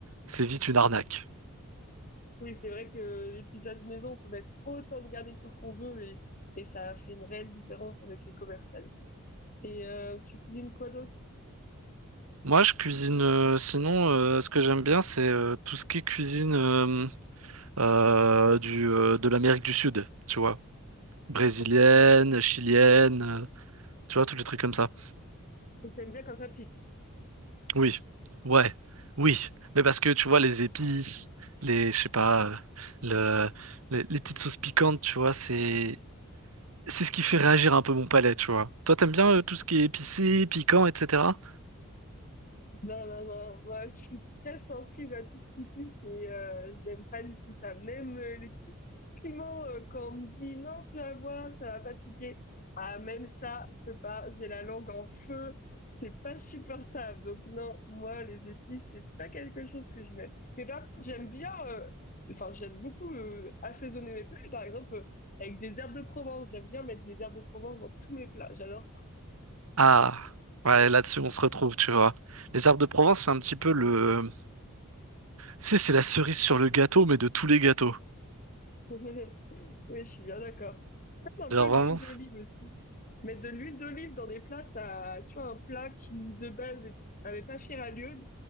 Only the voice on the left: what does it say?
Oui, c'est vrai que les pizzas de maison, on peut mettre autant de garniture qu'on veut et, et ça fait une réelle différence avec les commerciales. Et euh, tu cuisines quoi d'autre?
Ok.
Donc, t'aimes bien quand ça pique.
Non, non, non, moi je suis très sensible à tout ce qui pique et euh, j'aime pas du tout ça. Même euh, les tout petits piments, euh, quand on me dit non, tu la vois, ça va pas piquer. Ah, même ça, je peux pas, j'ai la langue en feu, c'est pas supportable. Donc, non, moi les épices, c'est pas quelque chose que je mets. Mais par contre, j'aime bien, euh, enfin, j'aime beaucoup euh, assaisonner mes plats, par exemple, euh, avec des herbes de Provence. J'aime bien mettre des herbes de Provence dans tous mes plats, j'adore ça.
<laughs> Oui, je suis bien d'accord. un
peu l'huile
d'olive aussi. Mais de l'huile d'olive dans des plats, ça, tu vois, un plat qui de base est- avait pas fière allure,